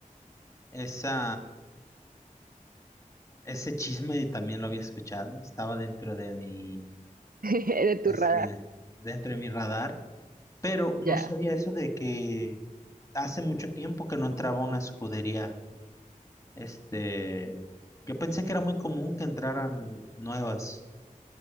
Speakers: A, on the left; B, on the right.
A: esa, ese chisme también lo había escuchado. Estaba dentro de mi,
B: <laughs> de
A: este,
B: tu radar
A: dentro de mi radar, pero
B: ya.
A: no sabía eso de que hace mucho tiempo que no entraba a una escudería Este, yo pensé que era muy común que entraran nuevas,